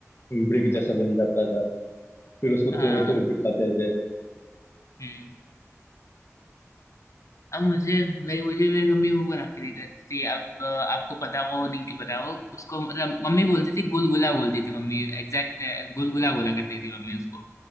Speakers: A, on the left; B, on the left.
A: ब्रिक जैसा बन जाता था फिर उसको
B: हाँ
A: तोड़ तोड़ के खाते थे
B: हम्म अब मुझे मेरी मुझे मेरी मम्मी वो बना के देती थी आप आपको पता हो नहीं कि पता हो उसको मतलब मम्मी बोलती थी गुलगुला बोलती थी मम्मी एग्जैक्ट गुलगुला बोला करती थी मम्मी उसको